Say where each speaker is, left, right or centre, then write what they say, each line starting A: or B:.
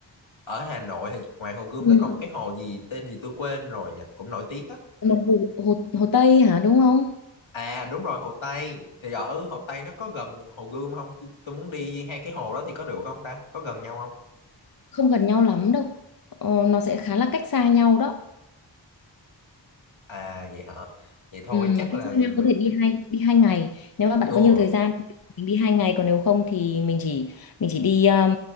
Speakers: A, on the left; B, on the left.
A: Ở Hà Nội thì ngoài Hồ Gươm
B: ừ.
A: nó còn một cái hồ gì tên gì tôi quên rồi nhỉ, cũng nổi tiếng á.
B: Một hồ, hồ, hồ Tây hả đúng không
A: À đúng rồi, Hồ Tây. Thì ở Hồ Tây nó có gần Hồ Gươm không? Tôi, tôi muốn đi hai cái hồ đó thì có được không ta? Có gần nhau không?
B: không gần nhau lắm đâu ờ, nó sẽ khá là cách xa nhau đó
A: À vậy hả? Vậy thôi
B: Ừ,
A: chắc
B: cách
A: là
B: xa
A: mình
B: nhau có thể đi hai đi hai ngày nếu mà bạn
A: Ủa,
B: có nhiều thời gian thì mình đi hai ngày còn nếu không thì mình chỉ mình chỉ đi um,